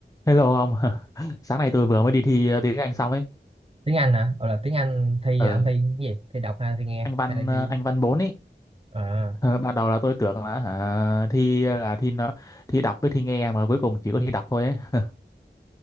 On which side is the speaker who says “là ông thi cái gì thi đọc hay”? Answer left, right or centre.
Right